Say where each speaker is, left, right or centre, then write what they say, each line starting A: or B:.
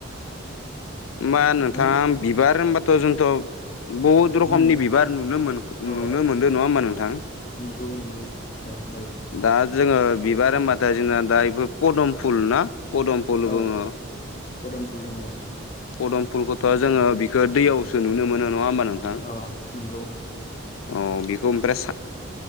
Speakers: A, on the left (about 75°); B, on the left (about 35°).
A: मा नोंथां
B: माने
A: बिबार होनबाथ' जोंथ' बहुद रखमनि
B: उम
A: बिबार नुनो मोनखो
B: अ
A: नुनो मोनदों नंङा होमबा नोंथां?
B: नंगौ नंगौ अ हय
A: दा जोंङो बिबार होनबाथाय जोंना दा बेफोर पदम फुल ना पदम फुल
B: औ
A: बुङो
B: फ फदम फुल दंङ।
A: पदम फुलखौथ' जोंङो बिखो दैयावसो नुनो मोनो नंङा होमबा नों
B: अह नोंगौ।
A: अ बेखौ ओमफ्राय सा